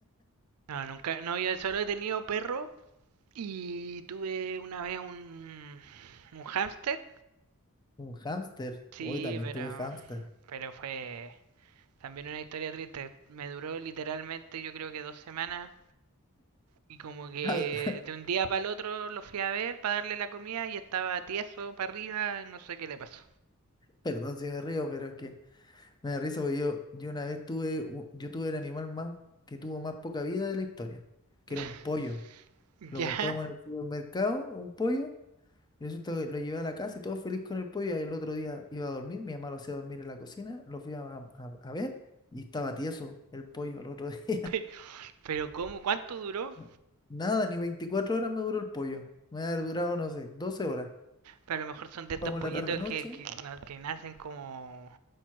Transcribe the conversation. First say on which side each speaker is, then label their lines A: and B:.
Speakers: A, on the right (about 80°); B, on the left (about 20°).
A: No, nunca, no, yo solo he tenido perro y tuve una vez un, un hámster
B: Un hámster.
A: Sí,
B: Hoy también
A: pero,
B: tuve hámster.
A: pero fue también una historia triste. Me duró literalmente yo creo que dos semanas y como que
B: Ay, <laughs>
A: de un día para el otro lo fui a ver para darle la comida y estaba tieso para arriba, no sé qué le pasó.
B: perdón si me río, pero es que me da risa porque yo, yo una vez tuve, u- yo tuve el animal más, que tuvo más poca vida de la historia, que
A: <laughs>
B: era un pollo. Lo
A: Ya.
B: compramos en el supermercado, un pollo, Eso te- lo llevé a la casa y todo feliz con el pollo. Y el otro día iba a dormir, mi mamá lo hacía dormir en la cocina, lo fui a, a- a ver y estaba tieso el pollo el otro día.
A: Pe-
B: <laughs>
A: Pero ¿cómo? ¿Cuánto duró?
B: No, Nada, ni 24 horas me duró el pollo. Me ha durado, no sé, doce horas.
A: Pero a lo mejor son de estos
B: Vamos
A: pollitos
B: a la tarde-noche.
A: que, que, na- que nacen como...